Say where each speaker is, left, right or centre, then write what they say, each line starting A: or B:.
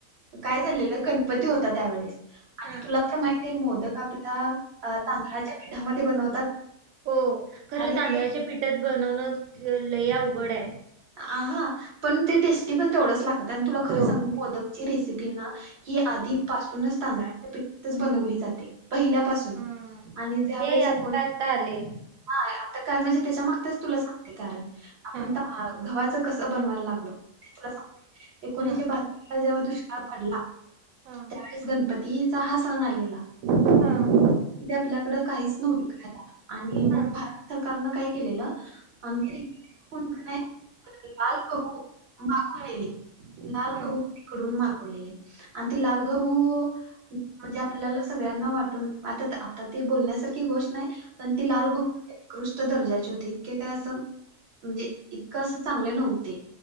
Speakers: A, on the right (about 55°); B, on the right (about 80°).
A: काय झालेलं गणपती होता त्यावेळेस आणि
B: हा
A: तुला तर माहिती आहे मोदक आपला अ, तांदळाच्या पिठामध्ये बनवतात.
B: हो खरं
A: आणि
B: तांदळाच्या
A: ते
B: पिठात बनवण लय अवघड आहे.
A: आा पण ते टेस्टी पण तेवढच लागत आणि तुला खरं
B: हो
A: सांग मोदकची रेसिपी ना. ही आधी पासूनच तांदळाच्या पिठातच बनवली जाते. पहिल्यापासून
B: हा
A: आणि ज्यावेेळेस
B: हे
A: एकूण
B: आत्ता आत्ता आले
A: हा आता काय म्हणजे त्याच्या मागताच तुला सांगते कारण आपण
B: हा
A: गव्हाचं कसं बनवायला लागलं ते तुला सांगते. एकोणीसशे
B: हा
A: बहात्तर ला जेव्हा दुष्काळ पडला
B: हा
A: त्यावेळेस गणपतीचा हा सण आलेला.
B: हा.
A: आपल्या काही न
B: हा
A: म भत सरकारन काय के री कोणय तर लाल कहू मागवलेली
B: हा
A: लाल
B: हा
A: कहू तिकडून माग. लाल गहू म्हणजे आपल्याला सगळ्यांना वाट वाट आ. बोलण्यासारखी गोष्ट नाही. पण ती
B: हम्म
A: लाल गो उत्कृष्ट दर्जाची होती इतके काय असं म्हणजे कसं चांगले नव्हते.